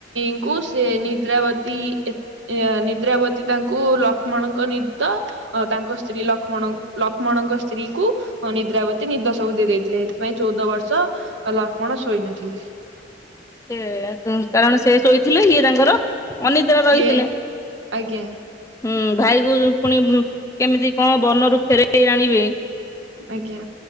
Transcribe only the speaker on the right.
ଙ୍କୁ ସେ ନିଦ୍ରାବତୀ ଏ ଏ ନିଦ୍ରାବତୀ ତାଙ୍କୁ ଲକ୍ଷ୍ମଣଙ୍କ ନିଦ ଅ ତାଙ୍କ ସ୍ତ୍ରୀ ଲକ୍ଷ୍ମଣ ଲକ୍ଷ୍ମଣଙ୍କ ସ୍ତ୍ରୀ କୁ ନିଦ୍ରାବତୀ ନିଦ ସବୁ ଦେଇ ଦେଇଥିଲେ, ସେଥିପାଇଁ ଚଉଦ ବର୍ଷ ଲକ୍ଷ୍ମଣ ଶୋଇ ନଥିଲେ।
ଇଏ ଆଜ୍ଞା
ଆଜ୍ଞା।